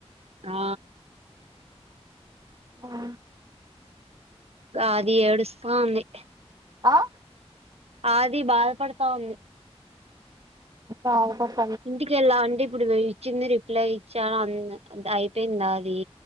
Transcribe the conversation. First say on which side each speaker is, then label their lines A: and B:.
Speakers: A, on the right; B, on the right.
A: ఆ
B: అహ
A: అది ఏడుస్తా ఉంది
B: ఆ
A: అది బాధపడతా ఉంది
B: బాధపడతా
A: ఇంటికెళ్ళా అంటే ఇప్పుడు ఇచ్చింది రిప్లై ఇచ్చా అంది అయిపోయిందా అది